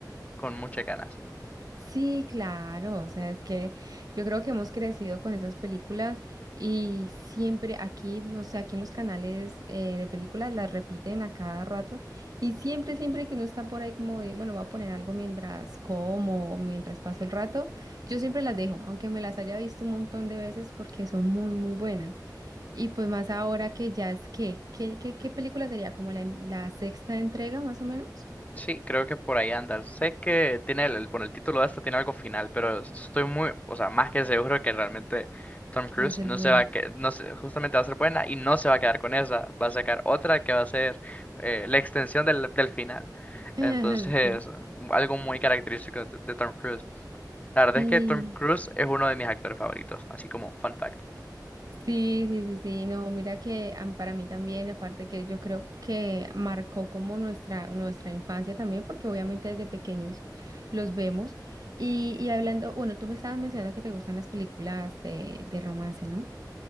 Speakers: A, on the left (about 20°); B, on the right (about 60°).
A: con muchas ganas.
B: sí, claro. O sea, es que yo creo que hemos crecido con esas películas y siempre aquí, no sé, aquí en los canales eh, de películas las repiten a cada rato y siempre, siempre que uno está por ahí como de, bueno, voy a poner algo mientras como o mientras paso el rato, yo siempre las dejo, aunque me las haya visto un montón de veces porque son muy, muy buenas. Y pues más ahora que ya es que, ¿qué, qué, qué película sería? ¿Como la, en- la sexta entrega más o menos?
A: Sí, creo que por ahí anda. Sé que tiene el, el- por el título de esta tiene algo final, pero s- estoy muy, o sea, más que seguro que realmente Tom Cruise
B: Va a ser
A: no
B: buena.
A: se va a que, no se- justamente va a ser buena y no se va a quedar con esa. Va a sacar otra que va a ser eh, la extensión del, del final.
B: <laughs>
A: Entonces,
B: Sí.
A: algo muy característico de de Tom Cruise. La verdad
B: Sí,
A: es que Tom Cruise es uno de mis actores favoritos, así como fun fact.
B: sí, sí, sí, sí. No, mira que a mí- para mí también, aparte que yo creo que marcó como nuestra, nuestra infancia también, porque obviamente desde pequeños los vemos. Y, y hablando, bueno, tú me estabas mencionando que te gustan las películas de, de romance, ¿no?